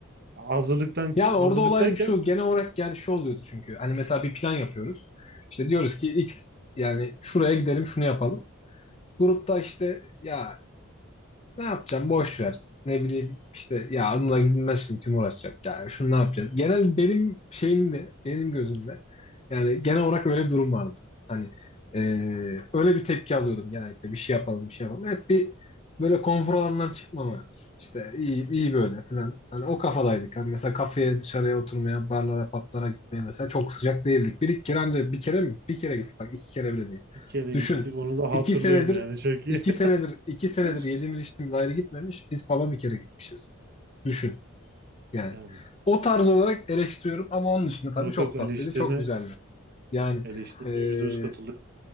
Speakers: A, on the right; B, on the left.
A: Ya Hazırlıktan
B: Yani
A: ki, hazırlıktayken
B: orada olay şu genel olarak yani şu oluyordu çünkü. Hani mesela bir plan yapıyoruz. İşte diyoruz ki X yani şuraya gidelim şunu yapalım. Grupta işte ya Ne yapacağım? Boş ver. Ne bileyim işte ya onunla gidilmez şimdi kim uğraşacak yani şunu ne yapacağız? Genel benim şeyimde benim gözümde yani genel olarak öyle bir durum vardı. Hani e, öyle bir tepki alıyordum genellikle bir şey yapalım bir şey yapalım. Hep bir böyle konfor alanından çıkmama işte iyi iyi böyle falan. Hani o kafadaydık. Hani mesela kafeye dışarıya oturmaya barlara patlara gitmeye mesela çok sıcak değildik. Bir iki kere ancak bir kere mi? Bir kere gittik bak iki kere bile değil.
A: bir kere
B: Düşün.
A: gittik. Onu da hatırlıyorum
B: İki senedir
A: yani çok iyi.
B: İki senedir iki senedir
A: <laughs>
B: yediğimiz içtiğimiz ayrı gitmemiş. Biz pub'a bir kere gitmişiz. Düşün yani.
A: Yani
B: O tarz olarak eleştiriyorum ama onun dışında tabii
A: yok
B: çok
A: yok eleştirine
B: tatlıydı, çok güzeldi. Yani
A: eleştirine
B: eee,
A: yüzde yüz katılıyorum.